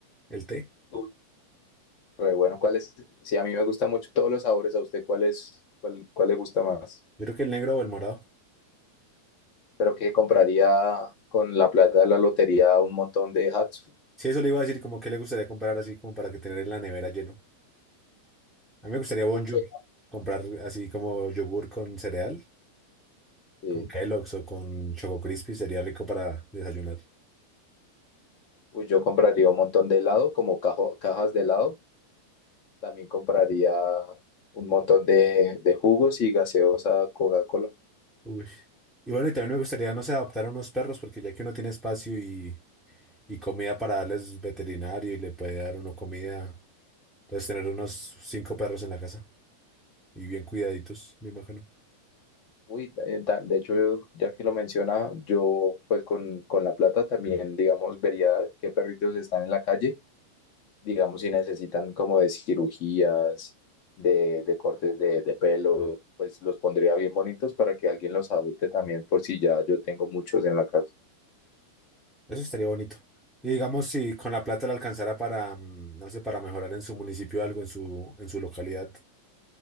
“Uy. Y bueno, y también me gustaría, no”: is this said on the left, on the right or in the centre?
Centre